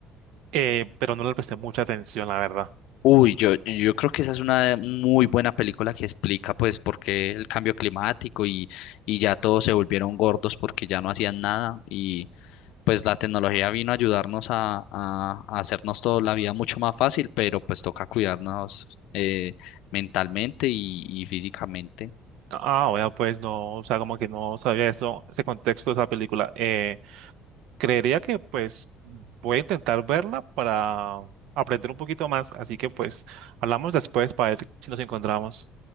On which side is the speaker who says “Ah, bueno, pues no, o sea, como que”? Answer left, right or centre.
Right